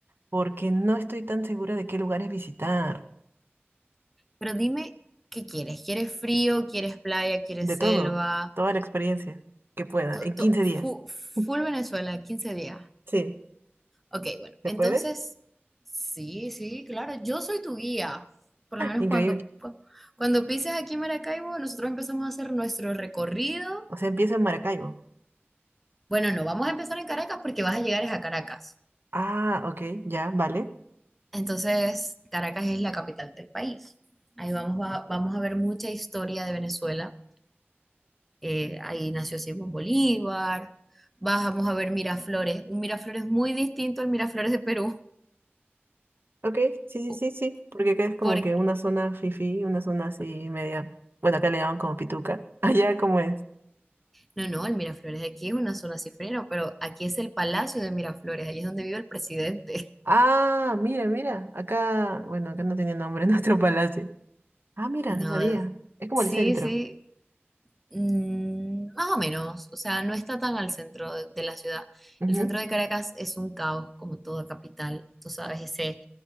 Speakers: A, on the right; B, in the centre.
A: porque no estoy tan segura de qué lugares visitar.
B: pero dime, ¿qué quieres? ¿Quieres frío? ¿Quieres playa? ¿Quieres
A: De todo,
B: selva?
A: toda la experiencia que pueda,
B: To-
A: en 15
B: to-
A: días.
B: fu- full
A: <laughs>
B: Venezuela, 15 días.
A: Sí,
B: Ok, bueno,
A: ¿se
B: entonces,
A: puede?
B: sí, sí, claro, yo soy tu guía. Por lo menos
A: Increíble.
B: cuando, cu- cuando pises aquí en Maracaibo, nosotros empezamos a hacer nuestro recorrido.
A: O sea, empiezo en Maracaibo.
B: Bueno, no, vamos a empezar en Caracas porque vas a llegar es a Caracas.
A: Ah, ok, ya, vale.
B: Entonces, Caracas es la capital del país. Ahí vamos a, vamos a ver mucha historia de Venezuela. Eh, ahí nació Simón Bolívar. Vas- Vamos a ver Miraflores, un Miraflores muy distinto al Miraflores de Perú,
A: Ok,
B: <laughs>
A: sí,
B: po-
A: sí, sí, sí, porque acá es como
B: porque
A: que una zona fifí, una zona así media. Bueno, acá le llaman como pituca. <laughs> Allá, ¿cómo es?
B: No, no, el Miraflores de aquí es una zona cifrina, pero aquí es el Palacio de Miraflores, allí es donde vive el presidente.
A: Ah,
B: <laughs>
A: mira, mira, acá, bueno, acá no tiene nombre <laughs> nuestro palacio. Ah, mira,
B: No,
A: no sabía. Es como
B: sí,
A: el centro.
B: sí, mm, más o menos, o sea, no está tan al centro de, de la ciudad.
A: Ujú,
B: El centro de Caracas es un caos, como toda capital, tú sabes, ese